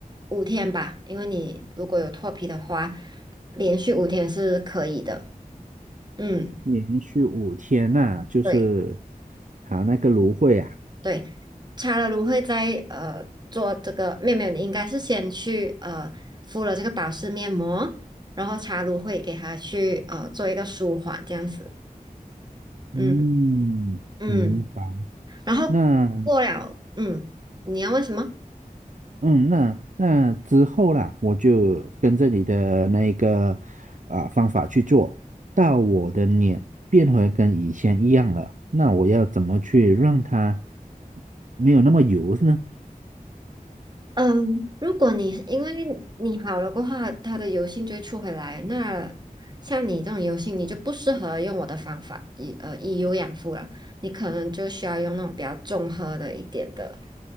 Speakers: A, on the right; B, on the right.
A: 五天吧，因为你如果有脱皮的话，连续五天是可以的，嗯。
B: 连续五天呐、就是
A: 对。
B: 它那个芦荟啊。
A: 对，擦了芦荟在呃做这个，没有没有，你应该是先去呃敷了这个保湿面膜，然后擦芦荟给它去呃做一个舒缓这样子，
B: 嗯，
A: 嗯嗯，
B: 明白。
A: 然后过了，
B: 那
A: 嗯，你要问什么？
B: 嗯，那那之后啦，我就跟着你的那个啊、方法去做，到我的脸变回跟以前一样了。那我要怎么去让它没有那么油呢？
A: 嗯，如果你因为你好了过后，它的油性就会出回来。那像你这种油性，你就不适合用我的方法，以呃以油养肤了。你可能就需要用那种比较综合的一点的。